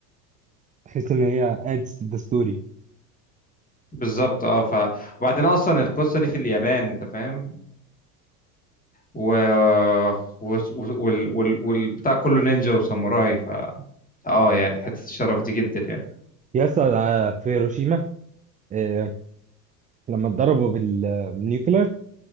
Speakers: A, on the right; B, on the left.
A: بحس ان هي adds to the story
B: بالظبط اه ف وبعدين اصلا القصة دي في اليابان انت فاهم و و- وال... وال... والبتاع كله نينجا وساموراي ف اه يعني حتة الشرف دي جدا يعني
A: يس آه، في هيروشيما آه، لما اتضربوا بالنيوكلير